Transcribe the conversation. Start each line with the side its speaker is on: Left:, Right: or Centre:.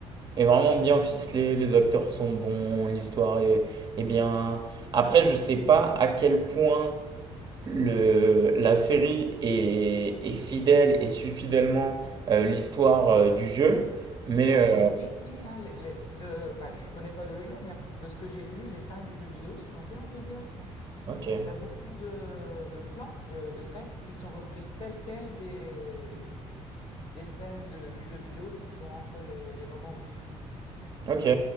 Right: est vraiment bien ficelé. Les acteurs sont bons, l'histoire est, est bien. Après, je sais pas à quel point le, la série est, est fidèle et suit fidèlement euh, l'histoire euh, du jeu. Mais,
Left: Bah,
Right: euh,
Left: a priori, si, hein, les, les- de, enfin, je connais pas le jeu, mais de ce que j'ai lu, les fans du jeu vidéo sont assez enthousiastes. hein.
Right: ok,
Left: T'as beaucoup de, de plans, de, de scènes qui sont repris tels quels des, des scènes de- du jeu vidéo qui sont entre les, les moments où tu joues.
Right: ok.